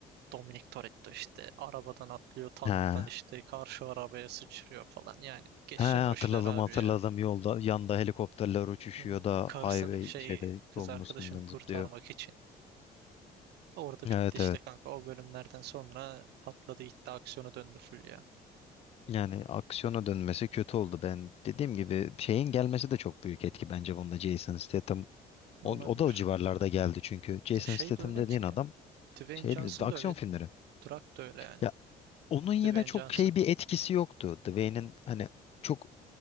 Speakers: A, on the right; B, on the left.
A: Dominic Toretto işte arabadan atlıyor tanktan
B: Ha.
A: işte karşı arabaya sıçrıyor falan yani geçen
B: He hatırladım
A: o işler abi
B: hatırladım
A: ya.
B: yolda yanda helikopterler uçuşuyor
A: Hı.
B: da
A: Karısını
B: highway
A: şey
B: şeyde
A: kız
B: yolun
A: arkadaşını
B: üstünden
A: kurtarmak
B: zıplıyor.
A: için. Orada bitti
B: Evet
A: işte
B: evet.
A: kanka o bölümlerden sonra patladı gitti aksiyona döndü full ya.
B: Yani aksiyona dönmesi kötü oldu. Ben dediğim gibi şeyin gelmesi de çok büyük etki bence bunda Jason Statham.
A: Ne
B: O,
A: olabilir?
B: o da o civarlarda geldi çünkü. Jason
A: E şey
B: Statham
A: de öyle
B: dediğin
A: ki
B: adam
A: Dwayne
B: şey
A: Johnson
B: aksiyon
A: da öyle
B: filmleri.
A: Drak da öyle yani.
B: Ya onun yine
A: Dwayne
B: çok
A: Johnson
B: şey bir etkisi yoktu. Dwayne'in hani çok